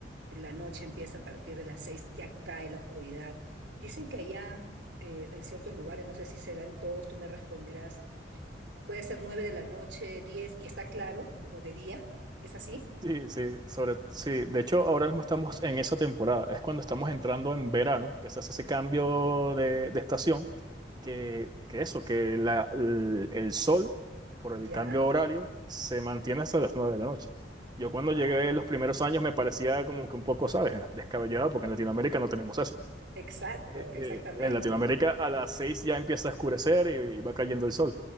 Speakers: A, on the right (about 70°); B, on the right (about 20°).
A: la noche empieza a partir de las seis, ya cae la oscuridad? Dicen que allá, eh, en ciertos lugares, no sé si se dan todos, tú me responderás, puede ser nueve de la noche, diez, y está claro, como de día, ¿es así?
B: Sí, sí, sobre, sí, de hecho ahora mismo estamos en esa temporada, es cuando estamos entrando en verano, que se hace ese cambio de, de estación, que, que eso, que la, el, el sol, por
A: Ya,
B: el cambio horario, se mantiene hasta las 9 de la noche. Yo cuando
A: wow.
B: llegué los primeros años me parecía como que un poco, ¿sabes? Descabellado, porque en Latinoamérica no tenemos eso.
A: Exacto,
B: eh,
A: exactamente.
B: eh, en Latinoamérica a las seis ya empieza a oscurecer y, y va cayendo el sol.